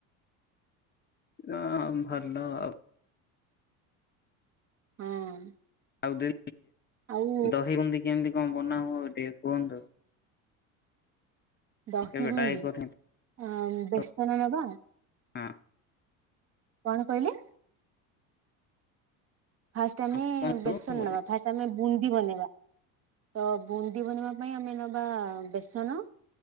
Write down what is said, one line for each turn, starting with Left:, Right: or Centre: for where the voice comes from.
Left: ହ ଭଲ ଆଉ।
Right: ହଁ।
Left: <unintelligible> ଆଉ
Right: ଆଉ
Left: ଦହି ବୁନ୍ଧି କେମିତି କଣ ବନା ହବ ଟିକେ କୁହନ୍ତୁ।
Right: ଦହିିବୁନ୍ଦି
Left: କେବେ ଟ୍ରାଏ କରିନି
Right: ଆ
Left: ତ
Right: ବେସନ ନବା।
Left: ହଁ।
Right: କଣ କହିଲେ? ଫାଷ୍ଟ ଆମେ
Left: ହଁ କୁହନ୍ତୁ
Right: ବେସନ
Left: ହଁ
Right: ନେବା, ଫାଷ୍ଟ ଆମେ ବୁନ୍ଦି ବନେଇବା। ତ ବୁନ୍ଦି ବନେଇବା ପାଇଁ ଆମେ ନବା ବେସନ